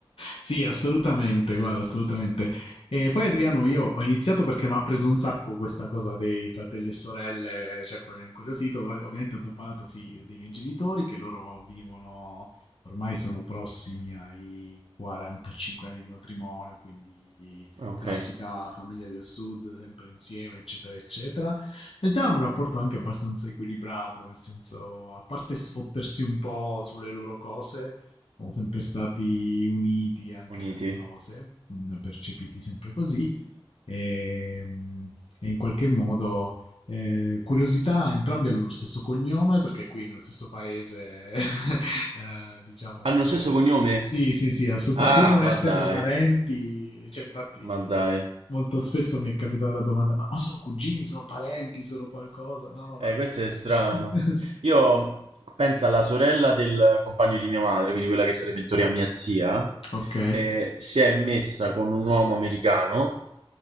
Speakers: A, on the left; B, on the right.
A: Sì, assolutamente, guarda, assolutamente. E poi Adriano, io ho iniziato perché mi ha preso un sacco questa cosa dei fratelli e sorelle, cioè poi mi ha incuriosito, ma ovviamente ti ho parlato sì dei miei genitori che loro vivono, ormai sono prossimi ai 45 anni di matrimonio, quindi
B: Ah, Ok,
A: classica famiglia del sud, sempre insieme, eccetera, eccetera. In realtà hanno un rapporto anche abbastanza equilibrato, nel senso, a parte sfottersi un po' sulle loro cose sono sempre stati uniti anche
B: uniti.
A: nelle cose, mh, percepiti sempre così e, mh, e in qualche modo eh, curiosità, entrambi hanno lo stesso cognome perché qui nello stesso paese, <laughs> eh, diciamo,
B: Hanno lo
A: cioè,
B: stesso cognome?
A: sì, sì, sì, assolutamente,
B: Ah,
A: pur non
B: ma
A: essendo
B: dai,
A: parenti, cioè, infatti
B: ma dai.
A: molto spesso mi è capitata la domanda, ma, ma sono cugini, sono parenti, sono qualcosa? No, no, no.
B: Eh, questo è strano.
A: <laughs>
B: Io penso alla sorella del compagno di mia madre, quindi quella che sarebbe in teoria mia zia,
A: ok,
B: eh, si è messa con un uomo americano